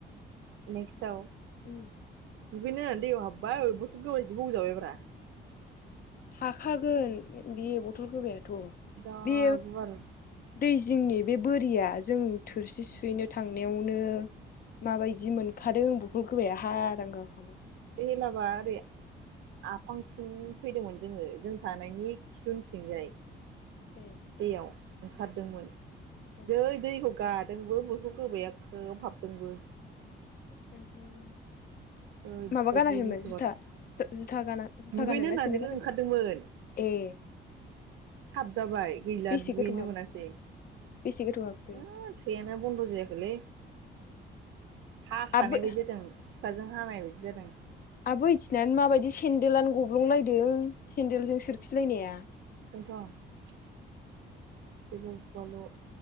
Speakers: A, on the right; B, on the left.
A: नेक्स्ट आव
B: उम।
A: दुगैनो होननान दैयाव हाबबाय बथल' गोबबायसो बौवजाबायब्रा।
B: थाखागोन बे बथल गोबायाथ'
A: जा
B: बे
A: गुवार बे
B: दै जिंनि बे बोरिया जों थोरसि सुहैनो थांनायावनो माबायदि मोनखादों बथल गोबायया हारां गाखौनो
A: एला बाया बे आफां थिं फैदोंमोन जोङो जों थानायनि खिथु उनथिंजाय
B: ए
A: दैयाव ओंखारदोंमोन
B: ए
A: दै दैखौ गादोंबो बथल गोबाया खोब हाबदोंबो
B: <unintelligible>
A: ओरैबायदि
B: माबा गानाखैमोन
A: गिथाव
B: जुथा
A: बाथाव
B: जुथा गाना जुथा
A: दुगैनो
B: गानदोंना
A: होननानैसो
B: सेनदेल गानदोंमोन?
A: ओंखारदोंमोन
B: ए
A: हाबजाबाय गैला
B: बेसे
A: दुगैनो
B: गोथौ हाबखो
A: मोनासै।
B: बेसे गोथौ हाबखो
A: ओ थैययानो बन्द' जायाखैलै। हाखानाय
B: आबो
A: बायदि जादों सिखाजों हानाय बायदि जादों।
B: आबो इथिनानो माबायदि सेन्देलनो गब्लंलायदों सेन्देलजों सोरखिलायनाया।
A: खोनथ' गिलु बालु